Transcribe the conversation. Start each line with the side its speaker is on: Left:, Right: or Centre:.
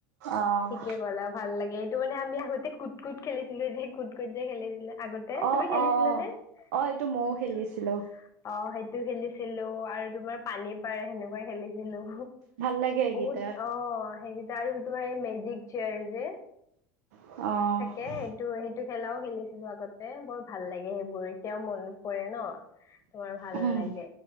Right: অ',
Left: ঠিকে ক'লা ভাল লাগে, এইটো মানে আমি আগতে কুট কুট খেলিছিলোঁ যে, কুট কুট যে, খেলিছিলে আগতে
Right: অ',
Left: তুমি খেলিছিলা
Right: অ',
Left: নে?
Right: অ', এইটো ময়ও
Left: সেইটো
Right: খেলিছিলোঁ
Left: অ', সেইটো খেলিছিলোঁ। আৰু তোমাৰ পানী পাৰে সেনে খেলিছিলোঁ,
Right: ভাল লাগে এইকেইটা
Left: বহুত অ', সেইগিটা আৰু <unintelligible> মেজিক চেয়াৰ যে।
Right: অ',
Left: থাকে, সেইটো, সেই টো খেলাও খেলিছিলোঁ, আগতে বৰ ভাল লাগে সেইবোৰ এতিয়াও মনত পৰে ন? তোমাৰ ভাল
Right: উম।
Left: লাগে,